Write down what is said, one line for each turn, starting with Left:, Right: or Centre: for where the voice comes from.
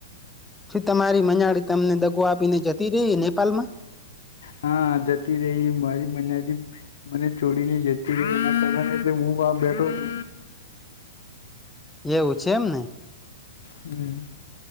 Centre: શું તમારી મનયાડી તમને દગો આપી ને જતી રહી નેપાલમાં
Left: હા જતી રહી મારી મનેયાણી મને છોડીને જતી રહિ કારણે હું વા બેઠો હતો
Centre: એવું છે એમ ને
Left: હમ્મ.